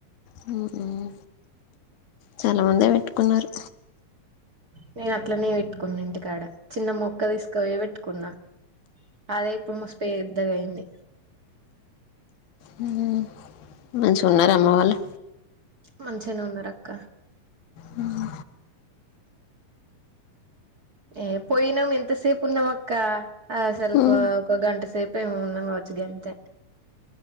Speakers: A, on the left (about 90°); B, on the right (about 35°).
A: హ్మ్మ్ చాలా మంది పెట్టుకున్నారు
B: నేను అట్లనే పెట్టుకున్న ఇంటికాడ చిన్న మొక్క తీసుకపోయి పెట్టుకున్నా అదే ఇప్పుడు మస్తు పెద్దగయింది
A: హ్మ్మ్ మంచిగున్నారా అమ్మవాళ్ళు
B: మంచిగనే ఉన్నరు అక్క
A: హ్మ్మ్
B: ఏ పోయినం ఎంతసేపు ఉన్నాం అక్క అసలకు
A: హ్మ్
B: ఒక గంట సేప్ ఏం ఉన్నాం కావచ్చు గంతే